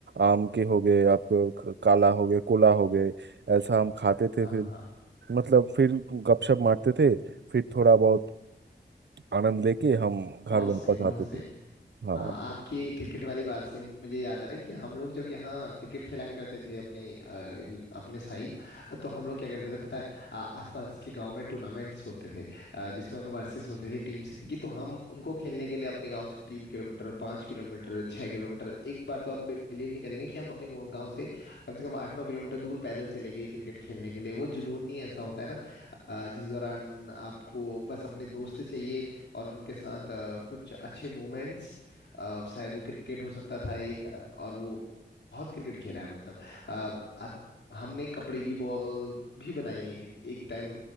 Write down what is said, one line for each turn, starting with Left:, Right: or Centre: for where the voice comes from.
Right: आम के हो गए आपको क- काला हो गए कोला हो गए ऐसा हम खाते थे
Left: हाँ
Right: फिर
Left: हाँ
Right: मतलब फिर गपशप मारते थे फिर थोड़ा बहुत आनंद लेके हम घर
Left: बहुत सही
Right: वापस
Left: बहुत
Right: आते
Left: सही
Right: थे हाँ
Left: हाँ आपकी क्रिकेट वाली बात से मुझे याद आ रहा है कि हम लोग जब यहाँ क्रिकेट खेला करते थे अपने अ, इल- अपने साइड तो हम लोग क्या करते थे पता है आ- आसपास के गांव में टूर्नामेंट्स होते थे अ, जिसमें वर्सेस होते थे टीम से की तो हम उनको खेलने के लिए अपने गांव से तीन किलोमीटर पाँच किलोमीटर छह किलोमीटर एक बार तो आप बिलीव नहीं करेंगे कि हम अपने गांव गांव से कम से कम आठ नौ किलोमीटर दूर पैदल चले गए क्रिकेट खेलने के लिए वो जुनून ही ऐसा होता है ना अ, जिस दौरान आपको बस अपने दोस्त चाहिए और उनके साथ अ, कुछ अच्छे मोमेंट्स अ, शायद वो क्रिकेट हो सकता था एक अ, और वो बहुत क्रिकेट खेला है मतलब अ, आप हमने कपड़े की बॉल भी बनाई है एक टाइम